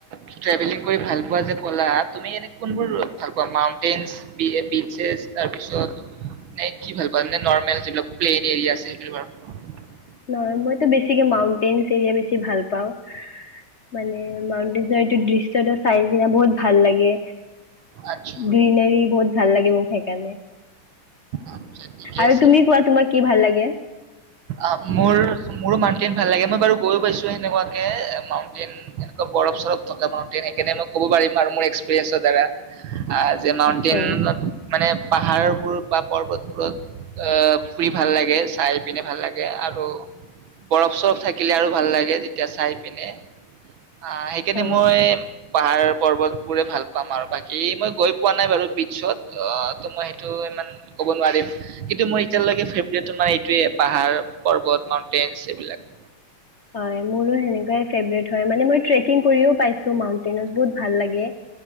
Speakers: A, on the right (about 65°); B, on the left (about 55°).
A: ট্ৰেভেলিং কৰি ভাল পোৱা বুলি যে ক'লা তুমি এনেই কোনবোৰ ভাল পোৱা? মাউণ্টেইনচ, বি-বিতচেচ তাৰপিচত নে কি ভাল পোৱা? নৰ্মেল যিবিলাক প্লেইন এৰিয়া আছে সেইবোৰ আৰু
B: <unintelligible> মইটো বেছিকে মাউণ্টেইনচ এৰিয়া বেছি ভাল পাওঁ মানে মাউণ্টেইনচ দৃশ্যটো চাই কিনে বহুত ভাল লাগে,
A: আচ্ছা
B: গ্ৰীনাৰী বহুত ভাল লাগে মোৰ সেইকাৰণে।
A: আচ্ছা ঠিকে
B: আৰু
A: আছে
B: তুমি কোৱা তোমাৰ কি ভাল লাগে?
A: অ', মোৰ মোৰো মাউণ্টেইন ভাল লাগে মই বাৰু, গৈ পাইছোঁ সেনেকুৱাকে মাউণ্টেইন একদম বৰফ সৰফ থকা মাউণ্টেইন, মই ক'ব পাৰিম মোৰ এক্সেপিৰিয়েঞ্চৰ দ্বাৰা। আ যে মাউণ্টেইনত
B: আচ্ছা
A: মানে পাহাৰবোৰ বা পৰ্বতবোৰ অ', ফুৰি লাগে চাই পিনে ভাল লাগে আৰু বৰফ সৰফ থাকিলে আৰু ভাল লাগে তেতিয়া চাই পিনে। অ', সেইকাৰণে
B: হয়
A: মই পাহাৰ পৰ্বতবোৰে ভাল পাম আৰু বাকী মই গৈ পোৱা নাই বাৰু বিটাত ত মই সেইটো ইমান কব নোৱাৰিম কিন্তু মোৰ এতিয়ালৈকে ফ্ৰেব্ৰেটো নাই এইটোৱেই পাহাৰ পৰ্বত মাউন্টেইনচ এইবিলাক,
B: হয় মোৰো হেনেকোৱাই ফ্ৰেব্ৰেট হয় মানে মই ট্ৰেকিং কৰিও পাইছোঁ মাউন্টেইনত বহুত ভাল লাগে।